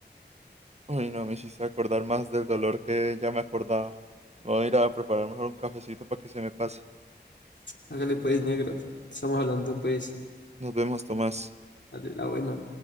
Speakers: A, on the right; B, on the left.
A: Uy, no, me hiciste acordar más del dolor que ya me acordaba. Voy a ir a preparar mejor un cafecito para que se me pase.
B: hágale pues negro, estamos hablando pues,
A: Nos vemos, Tomás.
B: dale la buena.